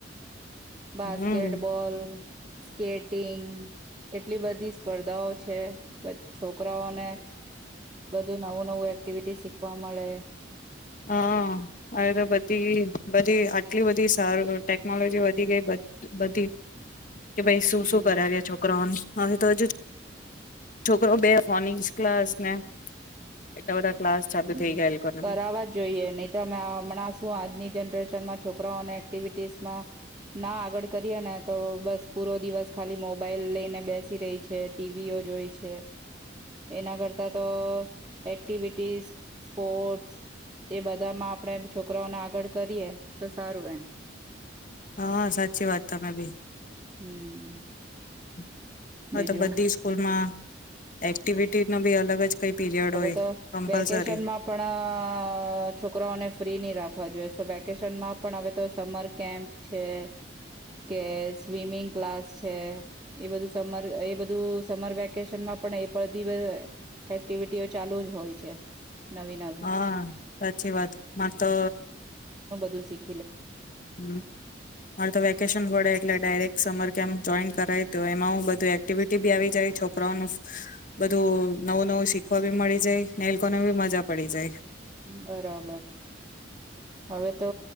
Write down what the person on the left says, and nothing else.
હમ
હા હવે તો બધી બધી આટલી બધી સારું ટેકનોલોજી વધી ગઈ બ બધી કે ભાઈ શું
શું કરાવ્યે છોકરાઓને હા એ તો હજુ જ છોકરો બે મોર્નિંગ ક્લાસને એટલા બધા ક્લાસ ચાલુ
થઈ ગયા એ લોકોને
બી.
હા સાચી વાત તમેં ભી
<inaudible> હવે
તો બધી સ્કૂલ માં એક્ટિવિટી નો બી અલગ જ કઈ પીરિયડ
હોય
કમ્પલસરી
હા સાચી વાત મારે તો
હ મારે તો વેકેશન ઘડે એટલે ડાયરેક સમર કેમ જોઈન કરાય તો એમાં હ બધું એક્ટિવિટી બી આવી જાય છોકરાઓનું બધું નવું નવું શીખવા બી મળી જાય ને લોકોનેી મજા પડી જાય